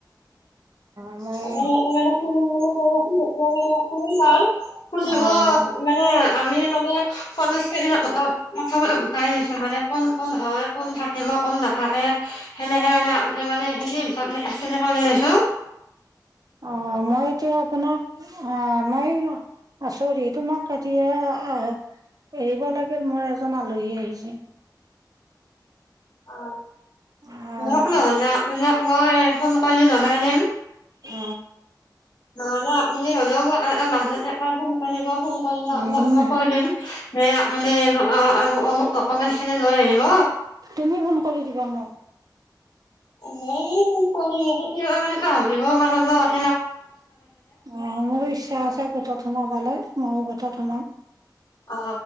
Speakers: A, on the right; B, on the left.
A: অ মই
B: তে মানে ফু ম কৰ মানে ফু ন ফুলিহ
A: অ'
B: মানে <unintelligible> আমি মানে সমস্যাবিলাক অলপ প্ৰথমে উটাই লৈছোঁ মানে কোন কোন হয় কোন থাকিব কোন নাথাকে সেনেকে মানে আগতে মানে <unintelligible> কৰি লৈছোঁ।
A: অ মই এতিয়া আপোনাক অ মই আছ। চৰি তোমাক এতিয়া আহ এৰিব লাগিল মোৰ এজন আলহী আহিছে।
B: অ
A: অ'
B: মোৰ নহ'লে মানে মই ফোন কৰিল জনাই দিম।
A: অ।
B: নহলে আপুনি হলেও মাজতে এবাৰ ফোন কৰিব ফোন কৰিব
A: উম,
B: আপোনাক মই কৈ দিম সে মানে অু নক <unintelligible> দকমেন্তখিনি লৈ আহিব
A: তুমি ফোন কৰি দিবা মোক।
B: মোন প নতি মানে <unintelligible> পাহৰিবও পাৰোঁ ৰ
A: অ মোৰো ইচ্ছা আছে গোতত সোমাবালে মইযো গোটত সোমাম
B: অ